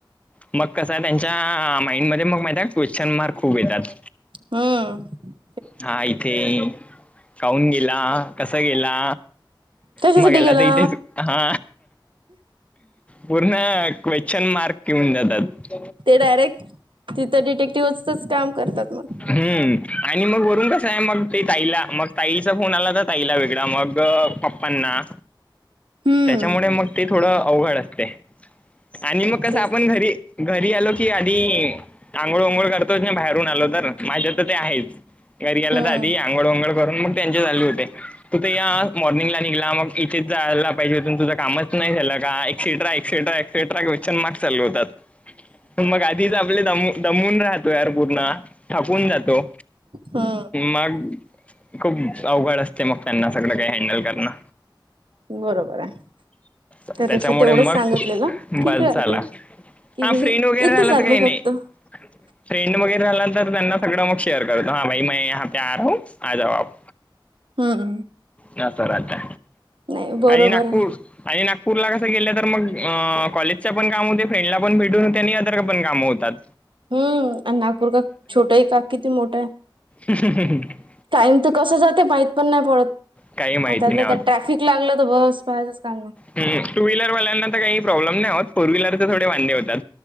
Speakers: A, on the left; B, on the right.
A: मग कस आहे त्यांच्या माइंडमध्येध्ये मग माहिित क्वेश्चन मार्क खूप येतात
B: हा
A: हा इथे काहन गेला कस गेला
B: कशासाठी
A: मग याला
B: गेला
A: तर इथेच हा पूर्ण क्वेश्चन मार्क घऊन जातात
B: ते डायरेक्ट तिथं डिटेक्टिव्हचच काम करतात मग
A: हम्म आणि मग वरून कसं आहे मग ते ताईला मग ताईचा फोन आला तर ताईला वेगळा मग पप्पांना
B: हम्म
A: त्याच्यामुळे मग ते थोडं अवघड असते आणि मग कसं
B: तेच
A: आपण
B: तेच
A: घरी घरी आलो की आधी आंघोळ उघोळ करतोच नाही बाहेरून आलो तर माझ्या तर ते आहेच घरी गेल्या
B: हम्म
A: तर आधी आंंगळ उंगड करून मग त्यांचे चालू होते तूथ या मॉर्निंगला निघला मग इथेच जायला पाहिजेथून तुझं कामच नाही झालं का एक्सेट्रा एक्सेट्राक् ते ट्रक वच्यान म् चालू होतात मग आधीच आपले दम दमून राहतो यार पूर्ण थकून जातो
B: हा
A: मग खूप अवघड असते मग त्यांना सगळं काही हँडल करणं
B: बरोबर आहे
A: त्याच्यामुळे
B: त्यापेक्षा तेवढंच
A: मग
B: सांगितलेलं ठीक
A: बस
B: आहेते
A: झाला
B: कि
A: हा
B: बई
A: फ्रेंड वगैरे
B: इथं
A: राहिला
B: चालल
A: तर काही नाही
B: फक्त
A: फ्रेंड वगैरे झाला तर त्यांना सगळं मग शेअर करतो हा भाई म ह आ राह आज आप
B: हम्म
A: न सर आता
B: नाही बरोबर
A: आणि नागपूर
B: आहे
A: आणि नागपूरला कसं गेलं तर मग कॉलेजच्या पण काम होते फ्रेंडला पण भेटून होते आणि अदर पण काम होतते त्यात
B: हम्म आणि नागपूर का छोटं आहे का किती मोठं आहे
A: ह् हम ह ह
B: टाईम तर कस जाते माहीत पण नाही पडत
A: काही माहिती
B: आता
A: नाही
B: आ
A: होत
B: त्या ट्रॅफिक लागलं तर बस पायचच काम
A: ह टू व्हीलरल्यांना काही प्रॉ्म नाही आत फोर व्हीलर थोडे वांे होते